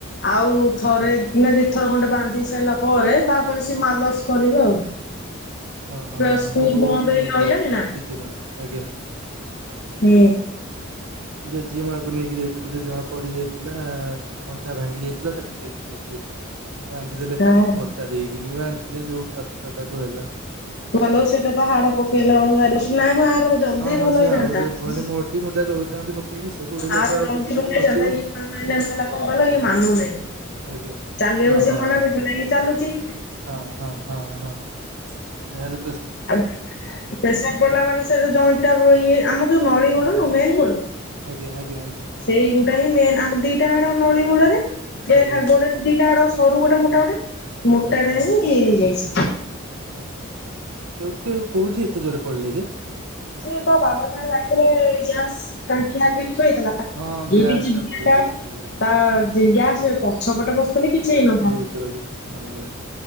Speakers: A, on the left; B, on the right.
A: ଆଉ ଥରେ
B: ଆଜ୍ଞା
A: ନା ଥରେ ଖଣ୍ଡେ ବାନ୍ଧି ସାରିଲା ପରେ, ତାପରେ ସେ ମାଲସ କରିବେ ଆଉ।
B: ଓ ହଁ।
A: ଛୁଆ ସ୍କୁଲ
B: ମୁଁ ବୋଉକୁ
A: ବନ୍ଦ ହେଇକି
B: ନେଇକି
A: ରହିଲାଣି
B: ଯାଇଥିଲି
A: ନା
B: ଜେଜେ ମା ଙ୍କୁ। ଆଜ୍ଞା।
A: ହୁଁ।
B: ଜେଜେମା କୁ ନେଇକି ଯାଇଥିଲୁ। ଜେଜେମା ପଡି ଯାଇଥିଲା। ଅଣ୍ଟା ଭାଙ୍ଗି ଯାଇଥିଲା ତାକୁ ସେଇଠି ନେଇକି ଯାଇକିଲୁ। ବାନ୍ଧି ଦେଲେ,
A: ହଁ।
B: ବତା ଦେଇକିନି ବାନ୍ଧିଲେ ଯୋଉ କଷ୍ଟ ତାକୁ ହେଲା।
A: ଭଲ ସେଟା ତ ହାଡ ପକେଇଲା
B: ହଁ
A: ବେଳୁ ଭାରି-ନାଇଁ ଆର ଜଲଦି
B: ହଁ
A: ଭଲ
B: ସେ
A: ହେଇ ଯାଇଥାନ୍ତା।
B: ଆହୁରି ମାନେ ମୋଡି ମୁଡା ଦଉଥାନ୍ତି ପକେଇକି ସେ ବୁଢୀ ଲୋକ
A: ଆର
B: ଆଉ
A: ଜଲଦି
B: କେତେ
A: ଭଲ
B: ଦିନ
A: ହୋଇଯାନ୍ତା।
B: ବଞ୍ଚିବ
A: ଇଏ ମାଇଲା ମାଇଲା, କଣ କହିଲ ମାନୁନି। ଚାଲି
B: ଆଜ୍ଞା
A: ବାକୁ
B: ଓହୋ
A: ସିଏ ମନା
B: ହୋ
A: କରିଥିଲା।
B: ହୋ
A: ଇଏ ଚାଲୁଛି।
B: ହଁ, ହଁ, ହଁ, ହଁ। ଯା ହେଲେ
A: ଆଉ ପ୍ରେସର ପଡିଲା ମାନେ, ସେ ଯୋଉ ଜଏଣ୍ଟ ଟା ଇଏ ଆମର, ଯୋଉ ନଳୀ ଗୋଡ
B: ଆଜ୍ଞା
A: ନା ମେନ୍ ଗୋଡ।
B: ଆଜ୍ଞା ଆଜ୍ଞା ଆଜ୍ଞା।
A: ସେଇଗୋଟା ହିଁ ମେନ୍, ଆମର ଦିଟା ହାଡ ନଳିଗୋଡରେ। ସେ
B: ଆଜ୍ଞା
A: ଗୋଡେରେ ଦିଟା ଆଡ, ସରୁ ଗୋଟେ ମୋଟା
B: ଆଜ୍ଞା
A: ଗୋଟେ
B: ମୋଟାଟା
A: ମୋଟା ଟା
B: ହଁ।
A: ହିଁ ହେଇଯାଇଛି।
B: ଆଚ୍ଛା କେଉ କେ, କେଉଠି ଏତେ ଜୋରେ ପଡ଼ିଲେ ଯେ?
A: ସେ ତ ବାବା ସାଙ୍ଗରେ ଯାଇଥିଲେ, ଗ୍ୟାସ ଟାଙ୍କି ଆଗରେ ଠିଆ ହେଇଥିଲା।
B: ହଁ ଗ୍ୟାସ
A: ଏ ବି ଜିଦିଆ
B: ପଡିଗଲା
A: ଟା
B: କହିଲେ ହଁ
A: ତା
B: ହଁ ହଁ
A: ଗ୍ୟାସ ପଛପଟେ ବସିଥିଲେ କିଛି ହେଇନ
B: ଥିବା ବିଚରାକୁ, ଆଜ୍ଞା।